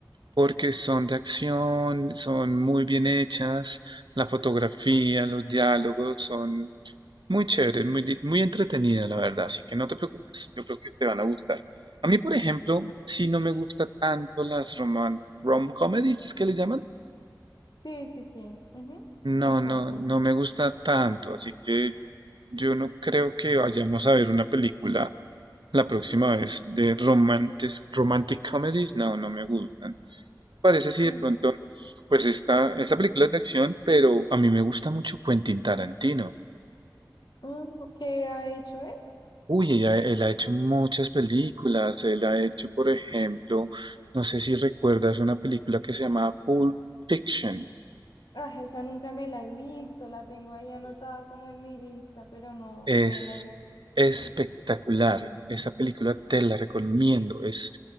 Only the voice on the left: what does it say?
Sí, sí, sí. ujú,
Exacto.
Mm,
mm, ¿Qué ha hecho él?
Ah, esa nunca me la he visto, la tengo ahí anotada como en mi lista, pero no,
no me la he visto.